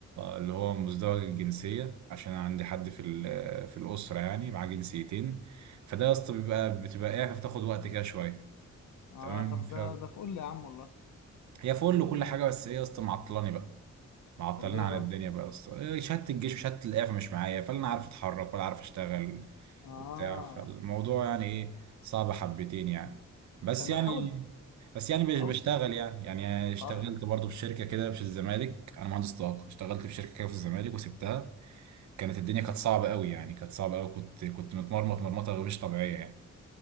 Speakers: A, on the right (about 70°); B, on the left (about 80°).
A: اللي هو مزدوج الجنسية عشان أنا عندي حد في ال- في الأسرة يعني معاه جنسيتين فده يا اسطى بيبقى بتبقى اعفى بتاخد وقت كده شوية
B: اه
A: تمام
B: طب
A: ف-
B: ده ده فل يا عم والله
A: هي فل وكل حاجة بس ايه يا اسطى معطلاني بقى معطلين
B: طب ليه
A: عن
B: بقى
A: الدنيا بقى يا اسطى إيه، شهاده الجيش وشهاده الاعفاء مش معايا فلا انا عارف اتحرك ولا عارف اشتغل
B: اه
A: وبتاع فالموضوع يعني ايه صعب حبتين يعني بس
B: طب ما
A: يعني
B: تحاول
A: بس يعني بش-
B: حاول
A: بشتغل يعني يعني اشتغلت
B: اه
A: برضه في شركه كده في الزمالك انا مهندس طاقه اشتغلت في شركه كده في الزمالك وسبتها كانت الدنيا كانت صعبه قوي يعني كانت صعبه قوي كنت كنت متمرمط مرمطه مش طبيعيه يعني